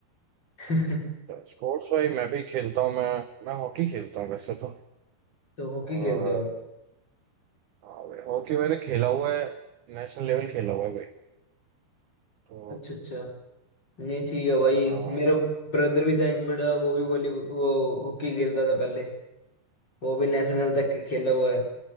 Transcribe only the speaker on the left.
<laughs>
तो हॉकी
खेलते हो आप
अच्छा अच्छा नहीं ठीक है भाई
मेरा ब्रदर भी था एक बड़ा वो भी वॉली वो हॉकी खेलता था पहले वो भी नेशनल
तक
खेला हुआ है